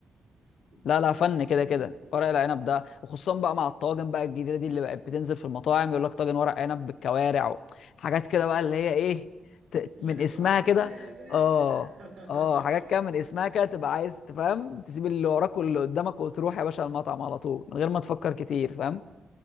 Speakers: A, on the right; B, on the left.
A: تدي
B: لا
A: طعم
B: لا فن
A: كده حكاية
B: كده كده
A: قسما بالله
B: ورق العنب ده وخصوصا بقى مع الطواجن بقى الجديده دي اللي بقت بتنزل في المطاعم يقول لك طاجن ورق عنب بالكوارع و- حاجات كده بقى اللي هي ايه ت-
A: الاختراعات
B: من اسمها كده
A: بقى يا باشا
B: اه
A: <laughs>
B: اه حاجات كده من اسمها كده تبقى عايز تفهم تسيب اللي وراك واللي قدامك وتروح يا باشا المطعم على طول من غير ما تفكر كتير فاهم